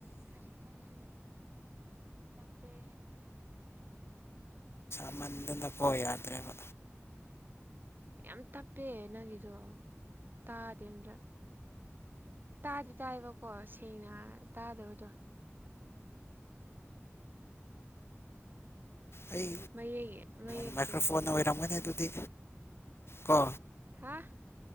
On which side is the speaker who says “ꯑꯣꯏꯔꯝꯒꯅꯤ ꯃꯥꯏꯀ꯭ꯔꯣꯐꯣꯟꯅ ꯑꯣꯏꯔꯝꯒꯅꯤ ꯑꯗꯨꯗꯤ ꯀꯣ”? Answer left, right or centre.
Left